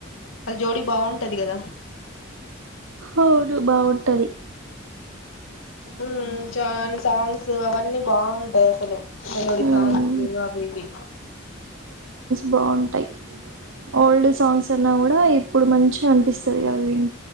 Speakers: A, on the left; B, on the right.
A: వాళ్ళ జోడి బాగుంటది కదా
B: అవును బాగుంటది
A: ఉహ్ చానా సాంగ్స్ అవన్నీ బాగుంటాయి అసలు మెలోడీ
B: మ్మ్
A: సాంగ్స్ అవివి
B: బావుంటై ఓల్డ్ సాంగ్స్ అన్నా గుడా ఇప్పుడ్ మంచిగా అనిపిస్తది అవి విన్